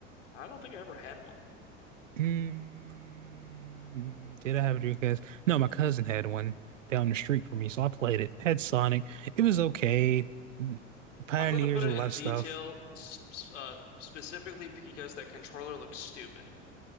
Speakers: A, on the left; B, on the right.
A: I don't think I ever had one.
B: Mm, did I have a Dreamcast? No, my cousin had one down the street from me, so I played it. Had Sonic. It was okay. Pioneers
A: I'm gonna put it
B: a lot
A: in
B: of
A: detail
B: stuff.
A: s- uh, specifically because that controller looks stupid.